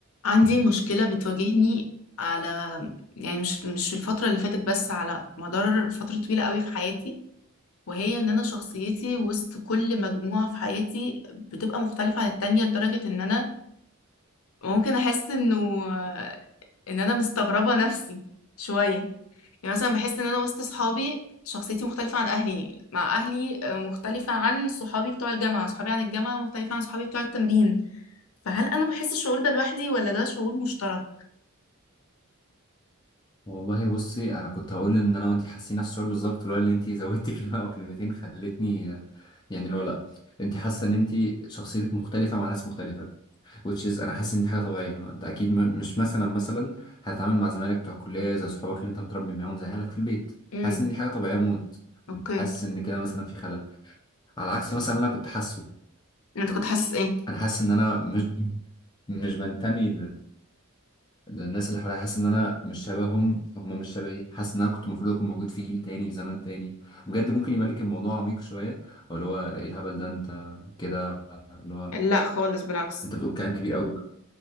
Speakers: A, on the left; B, on the left.
A: عندي مشكلة بتواجهني على يعني مش مش في الفترة اللي فاتت بس على مدار فترة طويلة قوي في حياتي وهي ان انا شخصيتي وسط كل مجموعة في حياتي بتبقى مختلفة عن التانية لدرجة ان انا ممكن احس انه ان انا مستغربة نفسي شوية يعني مثلا بحس ان انا وسط صحابي شخصيتي مختلفة عن اهلي مع اهلي آه، مختلفة عن صحابي بتوع الجامعة صحابي عن الجامعة مختلفة عن صحابي بتوع التمرين فهل انا بحس الشعور ده لوحدي ولا ده شعور مشترك؟
B: والله بصي انا كنت هقول ان انا وانتي حاسين نفس الشعور بالظبط لولا ان انتي زودتي <laughs> كلمه او كلمتين خلتني يعني لو لا انتي حاسه ان انتي شخصيتك مختلفه مع ناس مختلفه which is انا حاسس ان دي حاجه طبيعيه ما انت اكيد م- مش مثلا مثلا هتتعامل مع زمايلك بتوع الكليه زي صحابك اللي انت متربي معاهم زي اهلك في البيت حاسس
A: امم
B: ان دي حاجه طبيعيه موت
A: اوكي
B: حاسس ان كده مثلا في خلل على عكس مثلا اللي انا كنت حاسه
A: انت كنت حاسس ايه
B: انا حاسس ان انا مش مش بنتمي الناس اللي حواليا حاسس ان انا مش شبههم هم مش شبهي حاسس ان انا كنت المفروض اكون موجود في جيل تاني في زمان تاني بجد ممكن يبان لك الموضوع عميق شويه او اللي هو ايه الهبل ده انت كده اللي هو
A: لا خالص بالعكس
B: انت بتقول كلام كبير قوي